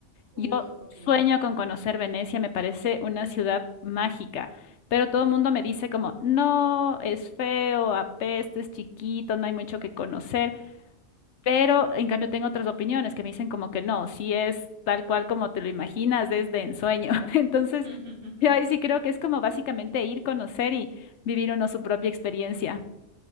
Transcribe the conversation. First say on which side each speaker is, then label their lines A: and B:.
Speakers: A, on the right; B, on the left.
A: Uf,
B: Yo
A: ok.
B: sueño con conocer Venecia, me parece una ciudad mágica, pero todo
A: Ujú,
B: el mundo me dice como, no, es feo, apesta, es chiquito, no hay mucho que conocer, pero en cambio tengo otras opiniones que me dicen como que no, si es tal cual como te lo imaginas, es de ensueño. <laughs> Entonces,
A: ujú. <laughs>
B: yo ahí sí creo que es como básicamente ir, conocer y vivir uno su propia experiencia.